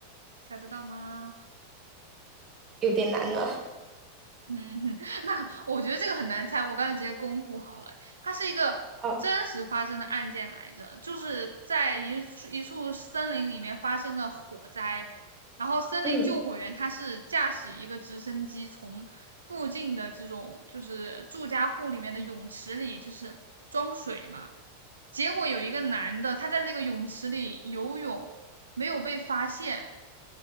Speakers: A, on the right (about 75°); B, on the right (about 30°).
A: 猜得到吗？
B: 有点难了。
A: 嗯，<laughs> 那我觉得这个很难猜，我刚才直接公布好了。它是一个真实发生的案件来着，
B: 啊，
A: 就是在一处一处森林里面发生了火灾，然后森林救火员他是驾驶一个直升机从附近的这种就是住家户里面的泳池里就是装水嘛，
B: 嗯，
A: 结果有一个男的他在这个泳池里游泳没有被发现，